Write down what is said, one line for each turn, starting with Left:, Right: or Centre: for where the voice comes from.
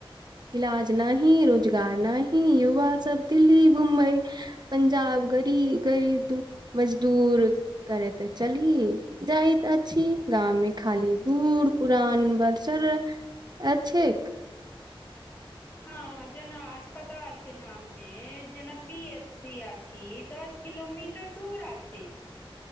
Right: इलाज नहि रोजगार नहि युवा सब दिल्ली मुम्बई पंजाब गरी गरीब दु मज दूर करे ते चली जायइत अछि गाम मे खाली बूढ़ पुरा अन बलसर अ छैक
Left: <inaudible> हँ जेना अस्पताल के नाम मे जेना पी एच सी आछि दस किलोमीटर दूर आ छै